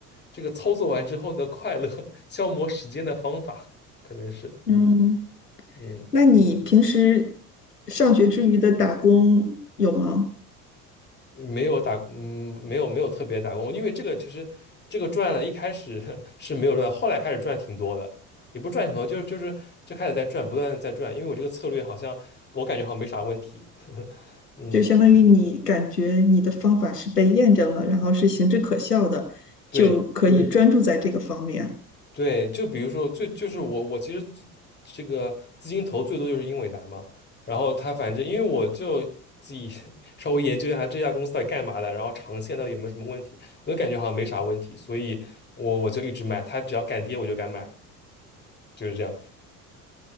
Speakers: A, on the left; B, on the left.
A: 这个操作完之后的快乐，<laughs> 消磨时间的方法，可能是，
B: 嗯，
A: 嗯，
B: 那你平时上学之余的打工有吗？
A: 没有打，嗯，没有没有特别打工，因为这个其实这个赚了，一开始 <laughs> 是没有赚，后来开始赚挺多的，也不是赚挺多，就是就是就开始在赚，不断的在赚，因为我这个策略好像我感觉好像没啥问题，<laughs> 嗯。
B: 就相当于你感觉你的方法是被验证了，然后是行之可效的，
A: 对。
B: 就可以专注在这个方面。
A: 对，就比如说，最就是我我其实自这个资金投最多就是英伟达嘛，然后他反正因为我就自己 <laughs> 稍微研究一下这家公司到底干嘛的，然后长线到底有没有什么问题，我就感觉好像没啥问题，所以我我就一直买，它只要敢跌我就敢买，就是这样。